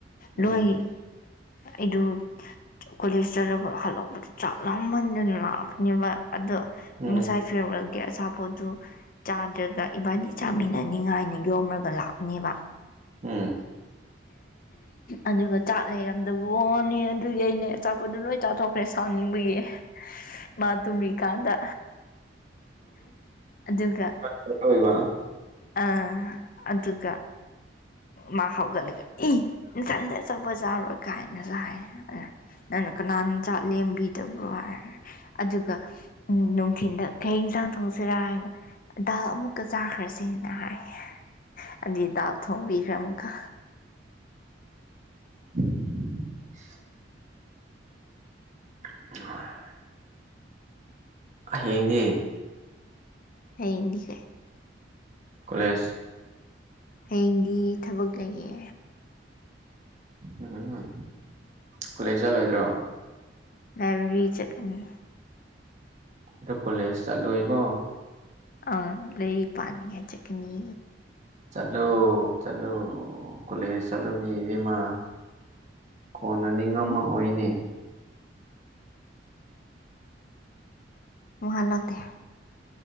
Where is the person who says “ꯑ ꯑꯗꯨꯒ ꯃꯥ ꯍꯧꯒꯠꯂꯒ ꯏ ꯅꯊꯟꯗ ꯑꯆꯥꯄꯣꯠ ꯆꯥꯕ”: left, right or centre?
Left